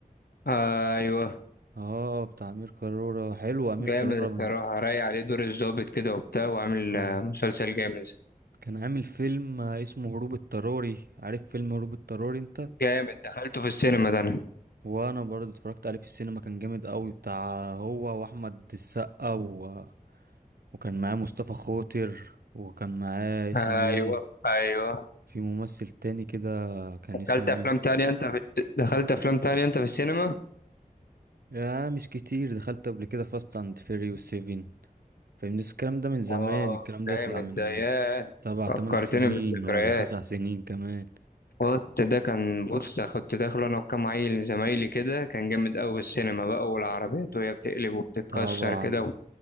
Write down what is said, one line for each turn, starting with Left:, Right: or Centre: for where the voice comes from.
Left: آه ايوه
Right: اه بتاع امير كرارة حلو امير
Left: جامد
Right: كرارة
Left: الصراحه
Right: من
Left: رايق عليه دور الضابط كده وبتاع وعامل
Right: اه
Left: آه، مسلسل جامد
Right: كان عامل فيلم اسمه هروب اضطراري عارف فيلم هروب اضطراري انت
Left: جامد دخلته في السينما ده انا
Right: وانا برضه اتفرجت عليه في السينما كان جامد قوي بتاع هو واحمد السقا و... وكان معاه مصطفى خاطر وكان معاه اسمه
Left: ايوه
Right: ايه
Left: ايوه
Right: في ممثل تاني كده كان اسمه
Left: دخلت افلام
Right: ايه
Left: تانية انت في... دخلت افلام تانية انت في السينما
Right: يا مش كتير دخلت قبل كده فاست اند فيري والسيفين فاهمني بس الكلام ده من زمان
Left: اه
Right: الكلام ده
Left: جامد
Right: يطلع من
Left: ده ياه
Right: تبع
Left: فكرتني
Right: تمن سنين
Left: بالذكريات
Right: ولا تسع سنين كمان
Left: كنت ده كان بص كنت داخله انا وكام عيل زمايلي كده كان جامد قوي في السينما بقى والعربيات وهي بتقلب وبتتكسر
Right: طبعا
Left: كده